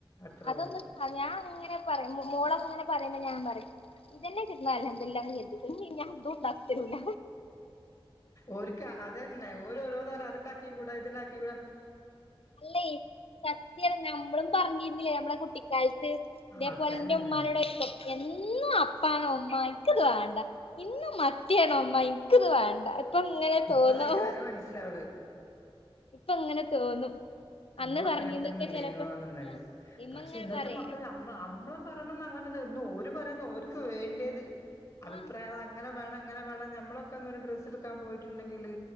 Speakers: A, on the left; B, on the left.
A: അത്രേ
B: അതൊന്ന്
A: ഉള്ളൂ
B: ഞാൻങ്ങനെ പറ മോള അങ്ങനെ പറയ ഞാ പറയും ഇതന്നെ കിട്ടുന്ന അല്ലോ എെല്ലാംതി ഇഞ ദോ ദാ തരുല്ല
A: ഒരുക്ക അതന്നെ ഓരോരോന്ന് പറഞ്ഞ അത്ണ്ടാക്ക ആ കൂട ഇതിനാക്കിൂ
B: അല്ലേ സത്യല്ല നമ്മളും പറഞ്ഞിരുന്നില്ലേ നമ്മള കുട്ടി കാലത്ത് ഇേ
A: അതന്നെ
B: പോലെ എറെ ഉമ്മാനോട് എന്നും അപ്പണ ഉമ്മാക്ക്ത് വേണ്ട ഇന്നും മത്യാനം അമ്മ ഇക്ക്ത് വേണ്ട ഇപ്പൊ ഇങ്ങനെ
A: ഇപ്പൾ
B: തോന്നും
A: അതിന്റെ വില മനസ്സിലാവണ
B: ഇപ്പ ഇങ്ങനെ തോന്നും
A: നമ്മളൊക്കെ
B: അന്ന് പറഞ്ഞീന്നൊക്കെ
A: അങ്ങനെ തന്നെ ഇല്ലൈനോന്നുള്ളായിരുന്നു
B: ചെലപ്പോ ആഹ് ഇമ്മ
A: പക്ഷെ
B: ഇങ്ങനെ
A: ഇന്നത്തെ
B: പറയും
A: മക്കൾ നമ്മ നമ്മ പറയണംന്ന് അങ്ങനെ ര് പറയുന്ന ര്ക്ക് വേണ്ടേത് അഭിപ്രായം
B: ആഹ്
A: അ അങ്ങനെ വേണ അങ്ങന വേണം നമ്മളൊക്കെ ഒന്നരു ഡ്രസ്സ് എടുക്കാൻ പോയിട്ടുണ്ടെങ്കില്